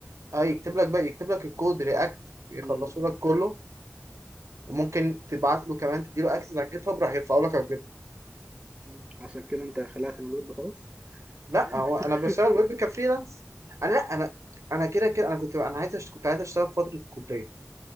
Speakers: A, on the right; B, on the right.
A: اه يكتب لك بقى يكتب لك الكود رياكت يخلصوا
B: مم.
A: لك كله وممكن تبعت له كمان تديله اكسس على الجيت هاب راح يرفعوا لك على الجيت هاب
B: مم. عشان كده انت خلعت من الويب خلاص
A: لا هو
B: <laughs>
A: انا بشتغل ويب كفريلانس انا لا انا انا كده كده انا كنت انا عايز أشت- كنت عايز اشتغل في فتره الكليه